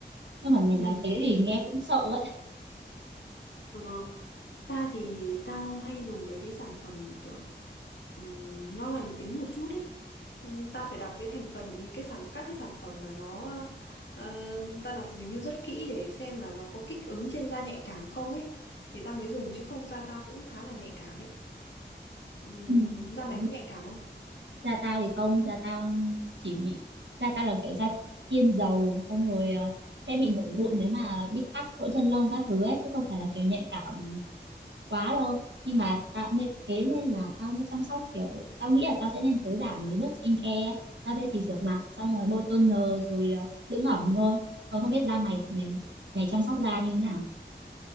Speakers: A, on the right; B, on the left.
A: nhưng mà mày
B: ừ.
A: nói thế thì nghe cũng sợ ấy
B: Ờ, Tao thì tao hay dùng mấy cái sản phẩm kiểu ừm, nó lành tính một chút ấy. Ừm, Tao phải đọc cái thành phần cái sản các cái sản phẩm mà nó ờ, tao đọc review rất kỹ để xem là nó có kích ứng trên da nhạy cảm không ấy thì tao mới dùng chứ không da tao cũng khá là nhạy cảm ấy. Ừm,
A: ừ. <laughs>
B: da mày có nhạy cảm không?
A: da tao thì không da tao chỉ bị da tao là kiểu da thiên dầu xong rồi ờ, sẽ
B: Ừ.
A: bị nổi mụn nếu mà bị tắc lỗ chân lông các thứ ấy chứ không phải là kiểu nhạy cảm quá đâu nhưng mà tao nên thế nên là tao mới chăm sóc kiểu tao nghĩ là tao sẽ nên tối giản mấy bước skincare ấy. tao sẽ chỉ rửa mặt xong rồi bôi toner rồi ờ, dưỡng ẩm thôi còn không biết da mày thì mày
B: Ừ.
A: mày chăm sóc da như thế nào